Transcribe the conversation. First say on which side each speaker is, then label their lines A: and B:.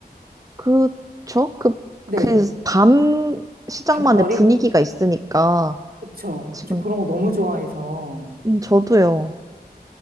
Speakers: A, on the right (about 20°); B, on the right (about 65°).
A: 그쵸? 그,
B: 네.
A: 그, 밤 시장만의
B: 밤거리?
A: 분위기가 있으니까
B: 그쵸.
A: 지금,
B: 저 그런 거 너무 좋아해서.
A: 음, 저도요.